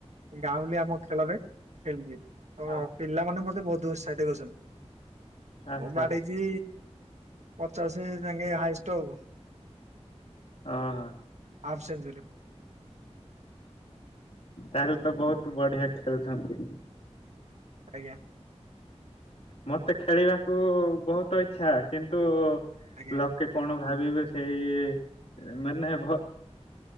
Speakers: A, on the right; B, on the left.
A: ଗାଁଉଲି ଆମ ଖେଳରେ ଖେଳଛି। ଓ
B: ହଁ
A: ପିଲାମାନେ ମତେ ବହୁତ ଉତ୍ସାହିତ କରଛନ୍ତି
B: ଆଚ୍ଛା
A: ମୁଁ ମାଡେଇ କି ପଚାଶ ଯାଙ୍କେ ହାଇଷ୍ଟ ହବ।
B: ଓହୋ।
A: Half century.
B: ତାହେଲେ ତ ବହୁତ ବଢିଆ ଖେଳୁଛନ୍ତି।
A: ଆଜ୍ଞା।
B: ମତେ ଖେଳିବାକୁ ବହୁତ ଇଚ୍ଛା କିନ୍ତୁ
A: ଆଜ୍ଞା
B: ଲୋକେ କଣ ଭାବିବେ ସେଇ ଇଏ ମାନେ ଘ